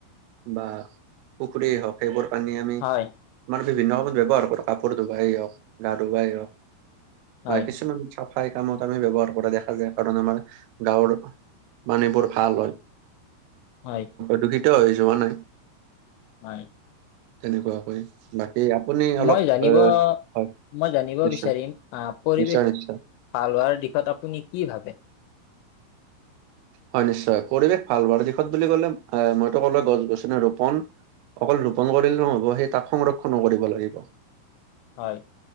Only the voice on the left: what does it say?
হয়
হয়
হয়
হয়।
মই জানিব
মই জানিব
বিচাৰিম অ' পৰিৱেশ
ভাল হোৱাৰ দিশত আপুনি কি ভাবে।
হয়।